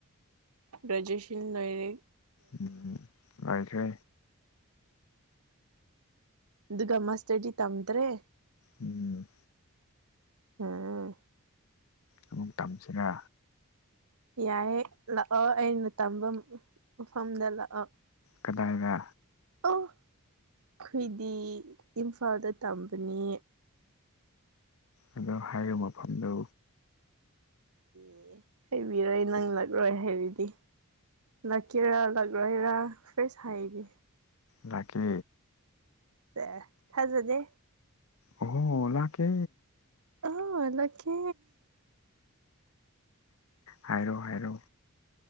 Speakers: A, on the right; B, on the left.
A: ꯔꯖꯌꯁꯤꯜ ꯅꯣꯏꯔ
B: ꯎꯝ ꯂꯥꯏꯈꯦ
A: ꯑꯗꯨꯒ ꯒꯃꯁꯇꯗꯤ ꯇꯝꯗ꯭ꯔꯦ
B: ꯎꯝ
A: ꯎꯝ
B: ꯑꯃ ꯇꯝꯁꯤꯅ
A: ꯌꯥꯏ ꯂꯥꯛꯑꯣ ꯑꯩꯅ ꯇꯝꯕ ꯃꯐꯝꯗ ꯂꯥꯛꯑꯣ
B: ꯀꯗꯥꯏꯗ
A: ꯑꯣ ꯑꯩꯈꯣꯏꯗꯤ ꯏꯝꯐꯥꯜꯗ ꯇꯝꯕꯅꯤ
B: ꯑꯗꯣ ꯍꯥꯏꯔꯤꯕ ꯃꯐꯝꯗꯨ
A: ꯑꯦ ꯍꯩꯕꯤꯔꯣꯏ ꯅꯪ ꯂꯛꯂꯣꯏ ꯍꯥꯏꯔꯤꯗꯤ ꯂꯛꯀꯦꯔꯥ ꯂꯥꯀꯣꯏꯔꯥ ꯀꯩꯁꯨ ꯍꯥꯏꯗꯦ
B: ꯅꯥꯀ
A: ꯦ ꯊꯥꯖꯗꯦ
B: ꯑꯣ ꯑꯣ ꯂ ꯀꯦ
A: ꯑꯥ ꯏꯂ ꯀꯦ
B: ꯍꯥꯏꯔꯣ ꯍꯥꯏꯔꯣ